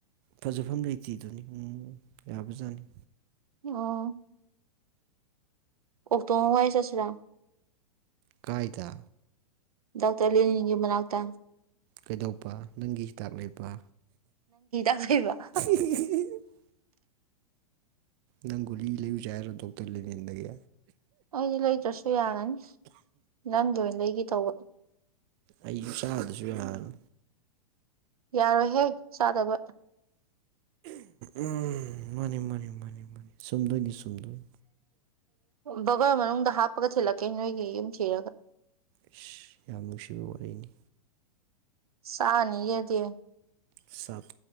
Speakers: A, on the right; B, on the right.
A: ꯐꯖꯐꯝ ꯂꯩꯇꯦꯗꯨꯅꯤ ꯎꯝ ꯌꯥꯕꯖꯥꯠꯅꯤ
B: ꯑꯣ ꯑꯣꯛꯇꯣ ꯑꯃ ꯋꯥꯏ ꯆꯠꯁꯤꯔꯥ
A: ꯀꯥꯏꯗ
B: ꯗꯥꯛꯇꯔ ꯂꯦꯅꯤꯟꯒꯤ ꯃꯅꯥꯥꯛꯇ
A: ꯀꯩꯗꯧꯕ ꯅꯪꯒꯤ ꯍꯤꯗꯥꯛ ꯂꯩꯕ
B: <unintelligible>
A: <unintelligible> ꯅꯪ ꯒꯨꯂꯤ ꯂꯩꯌꯨꯁꯦ ꯍꯥꯏꯔꯣ ꯗꯣꯛꯇꯔ ꯂꯦꯅꯤꯟꯗꯒꯤ
B: ꯑꯩꯗꯤ ꯂꯩꯗꯔ꯭ꯁꯨ ꯌꯥꯔꯅꯤ ꯅꯪꯒꯤ ꯑꯣꯏꯅ ꯂꯩꯒꯦ ꯇꯧꯕ
A: ꯑꯩꯁꯨ ꯆꯥꯗꯁꯨ ꯌꯥꯅꯤ
B: ꯌꯥꯔꯣꯏꯍꯦ ꯆꯥꯗꯕ
A: ꯎꯝ ꯃꯥꯅꯤ ꯃꯥꯅꯤ ꯃꯥꯅꯤ ꯃꯥꯅꯤ ꯆꯨꯝꯗꯣꯏꯅꯤ ꯆꯨꯝꯗꯣꯏꯅꯤ
B: ꯕꯒꯔ ꯃꯅꯨꯡꯗ ꯍꯥꯞꯄꯒ ꯊꯤꯜꯂꯛꯀꯦ ꯅꯣꯏꯒꯤ ꯌꯨꯝ ꯊꯤꯔꯒ
A: ꯏꯁ ꯌꯥꯝ ꯅꯨꯡꯁꯤꯕ ꯋꯥꯔꯤꯅꯤ
B: ꯆꯥꯅꯤꯌꯦꯗꯤ
A: ꯁꯥꯞ